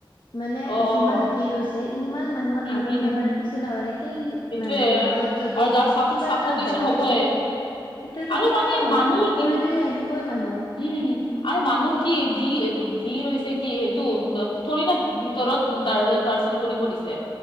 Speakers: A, on the left; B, on the left.
A: মানে
B: অ',
A: যিমান ভিৰ হৈছে ইমান মানুহ
B: উম,
A: আগো
B: উম,
A: নাভাৰে পিছো নাভাৰে সেই
B: সেইটোয়ে
A: মান মাজত যদি
B: আৰু যাৰ চাফ
A: কিবা
B: চাফকেচন
A: এ টা হয়,
B: হ'বয়ে
A: সেইটোৱেটো
B: আৰু
A: কিবা
B: মানে
A: এটা হ'লেতো
B: মানুহৰ
A: ওপৰেদি
B: ইম
A: আহিবই মানুহ।
B: উম, আৰু মানুহ কি ভি-ভিৰ ৰৈছে কি সেইটো থৰি না ভিতৰত দাৰ দাৰচন কৰিব দিছে,